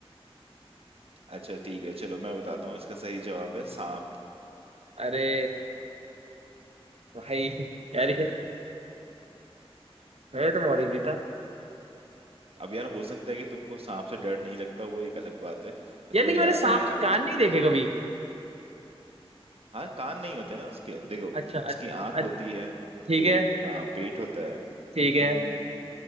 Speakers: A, on the right; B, on the right.
A: अच्छा ठीक है चलो मैं बताता हूँ इसका सही जवाब है सांप
B: अरे भाई यार ये मैं
A: <laughs>
B: तो बहुत इजी था
A: अब यार हो सकता है कि तुमको सांप से डर नहीं लगता वो एक अलग बात है तो
B: यार
A: तुम्हें
B: लेकिन
A: याद
B: मैंने सांप
A: नहीं आया
B: के
A: हो
B: कान नहीं देखे कभी
A: हाँ कान नहीं होते ना उसके देखो
B: अच्छा
A: उसकी
B: अच्छा अच्छा
A: आंख होती है
B: ठीक
A: पेट
B: है
A: हाँ पेट होता है
B: ठीक है
A: मुंह